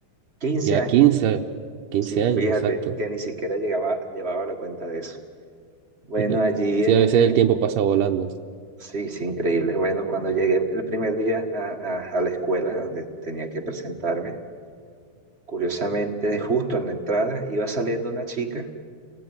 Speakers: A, on the right (about 35°); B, on the right (about 85°).
A: 15
B: ya
A: años.
B: 15, 15
A: Sí,
B: años,
A: fíjate
B: exacto.
A: que ni siquiera llegaba, llevaba la cuenta de eso. Bueno,
B: <laughs>
A: allí
B: Sí,
A: en,
B: a veces
A: en-
B: el tiempo pasa volando.
A: Sí, sí, increíble. Bueno, cuando llegué el primer día a, a- a la escuela donde tenía que presentarme, curiosamente, <laughs> justo en la entrada iba saliendo una chica